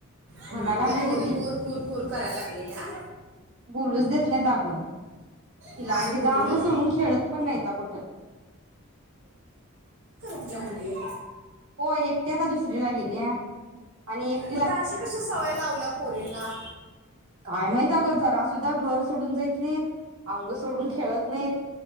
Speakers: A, on the right (about 60°); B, on the right (about 80°).
A: हम्मं
B: म्हणा लागलेली
A: त्या पोरी
B: ती
A: कुर कूर कुर करायला लागलेल्या
B: बोलूच देत नाहीत अगं तिलांची
A: नाही बोलू
B: जांग
A: देत
B: सोडून खेळत पण नाहीता कुठ
A: तुझ्या मुलीये
B: हो एकट्या आता दुसरी्ला गेलीया आणि एक
A: मग त्या अशी कशी सवय लावल्या पोरींना
B: काय माहत अ गं जरा सुद्धा घर सोडून जायत नाहीत अंग सोडून खेळत नाहीत